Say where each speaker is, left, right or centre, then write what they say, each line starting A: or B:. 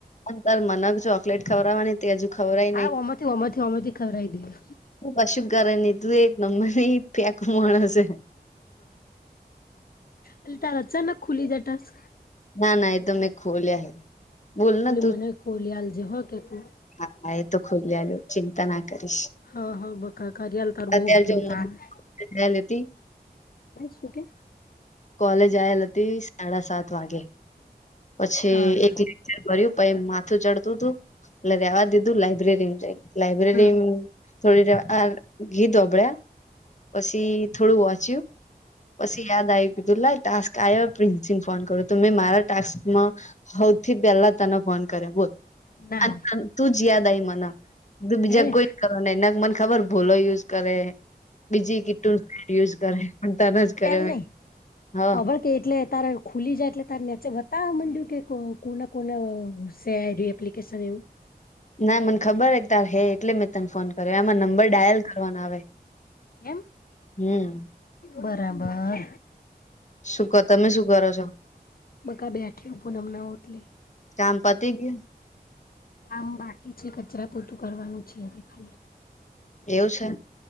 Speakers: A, on the left; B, on the left.
A: અંતર મનગ ચોકલેટ ખવરાવાની તે હજુ ખવરાઈ
B: <unintelligible>
A: તું કશું કરે ની તું એક નંબર ની ફેકુ માણસે.
B: એટલે તારે અચાનક ખુલી જાય ટાસ્ક.
A: ના ના એ તો મેં ખોલીયા હે. બોલ ને
B: અલી
A: તું
B: મને ખોલી આલ જે હ કે તું.
A: હા એ તો ખોલી આલું. ચિંતા ના કરીશ
B: હા હા બકા કરિયાલ તારું
A: અત્યારે
B: બહુ ભલું થાય.
A: જો લેતી.
B: ભાઈ શું કે.
A: કોલેજ આયેલ હતી સાડા સાત વાગે. પછી
B: હા
A: એક લેક્ચર ભર્યું પહી માથું ચડતું હતું એટલે રેવા દીધું લાઈબ્રેરીમાં જઈન. લાઈબ્રેરી.
B: હા
A: થોડી રેવા ગીત હોંભલા પછી થોડું વાંચ્યું. પછી યાદ આવ્યું કે લાય ટાસ્ક આવ્યો પ્રિન્સ ને ફોન કર તું મેં મારા ટાસ્ક. મા હવથી પેલા તને ફોન કર્યા બોલ
B: ના
A: અને
B: હોય
A: તને. તું જ યાદ આઈ મને તું બીજા
B: હે એમ
A: કોઈ કરો નક મને ખબર ભોલો યુઝ કરે. બીજી કીટ યુસ કરે. પણ તને જ
B: એટલે
A: કર્યો
B: એમ નઈ
A: હ
B: હવે. કે એટલે તારે ખુલી જાય એટલે તારે નેચે બતાવા માંડ્યું કે કોને કોને સે આ રયુ એમ. એપ્લિકેશન એવું.
A: ના મને ખબર હે તાર હે એટલે મેં તને ફોન કર્યો આ માર નંબ. નંબર ડાયલ કરવાનો આવે
B: એમ
A: હમ.
B: બરાબર.
A: શું કો તમે શું કરો છો
B: બકા બેઠી હું પૂનમ ના ઓટલે.
A: કામ પતિ ગયુ.
B: કામ બાકી છે કચરા પોતું કરવાનું છે હવે ખાલી.
A: એવું છે.